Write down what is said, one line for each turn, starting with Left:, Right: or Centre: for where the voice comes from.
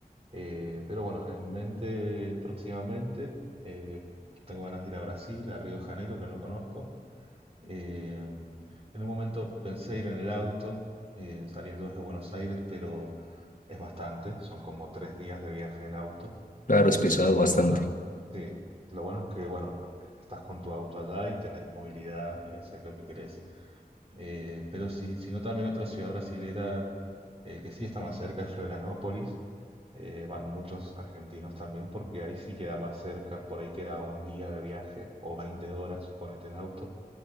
Right: Eh, pero bueno, en mente eh, próximamente eh, tengo ganas de ir a Brasil, a Río de Janeiro, que no conozco. Eh, en un momento pensé ir en el auto eh, saliendo desde Buenos Aires, pero es bastante, son como tres días de viaje en auto.
Left: Claro, es pesado
Right: Eh,
Left: bastante.
Right: lo bueno es que, sí, lo bueno es que, bueno, estás con tu auto allá y tenés movilidad y haces lo que querés. Eh, pero si, si no, también otra ciudad brasilera eh, que sí está más cerca es Florianópolis. Eh, van muchos argentinos también porque ahí sí queda más cerca, por ahí queda un día de viaje o 20 horas, suponete, en auto.